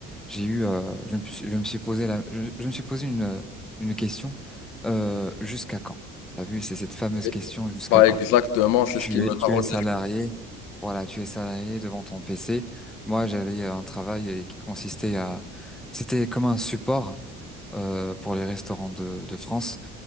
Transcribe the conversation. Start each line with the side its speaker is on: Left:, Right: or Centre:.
Centre: J'ai eu, euh, je me, suis je me suis posé la, je, je me suis posé une, euh, une question, euh, jusqu'à quand? T'as vu, c'est cette fameuse
Left: Et-
Centre: question, jusqu'à
Left: Bah
Centre: quand?
Left: exactement, c'est
Centre: Tu
Left: ce qui me
Centre: es,
Left: taraude.
Centre: tu es salarié. Voilà, tu es salarié devant ton PC. Moi, j'avais euh, un travail euh, qui consistait à, c'était comme un support, euh, pour les restaurants de, de France